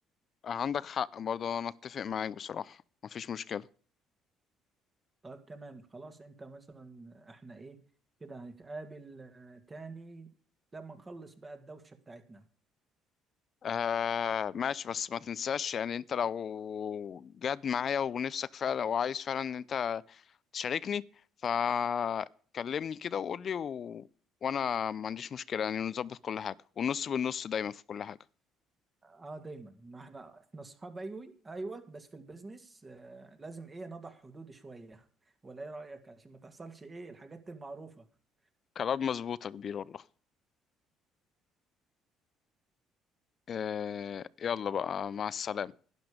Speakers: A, on the left; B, on the right.
A: آه، عندك حق برضو انا اتفق معاك بصراحة مفيش مشكلة
B: طيب تمام خلاص انت مثلا احنا ايه كده هنتقابل آه، تاني لما نخلص بقى الدوشة بتاعتنا
A: آه ماشي بس ما تنساش يعني انت لو جد معايا ونفسك فعلا وعايز فعلا ان انت تشاركني فكلمني كده وقول لي و... وانا ما عنديش مشكلة يعني نظبط كل حاجة والنص بالنص دايما في كل حاجة
B: اه دايما ما احنا احنا اصحاب ايوه ايوه بس في البيزنس آه، لازم ايه نضع حدود شوية ولا ايه رأيك عشان ما تحصلش ايه الحاجات المعروفة
A: كلام مظبوط يا كبير والله آه، يلا بقى مع السلامة